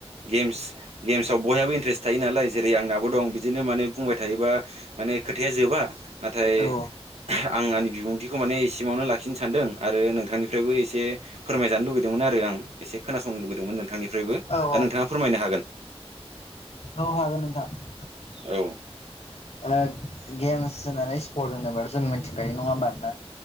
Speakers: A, on the right; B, on the left.
A: गेम्स गेम्सआव बयहाबो इन्ट्रेस्ट थायो नालाय जेरै आंनाबो दं बिदिनो माने बुंबाय थायोबा माने खोथाया जोबा नाथाय
B: औ
A: आं आंनि बिबुंथिखौ माने एसेमावनो लाखिनो सानदों आरो नोंथांनिफ्रायबो एसे फोरमायजानो लुुबैदोंमोन आरो आं एसे खोनासंनो लुुबैदोंमोन नोंथांनिफ्रायबो दा
B: औ
A: नोंथाङा फोरमायनो हागोन।
B: औ हागोन नोंथां।
A: औ।
B: ओ गेम्स होनानै स्पर्ट होनोबा जों मिथिखायो नङा होमबा नदा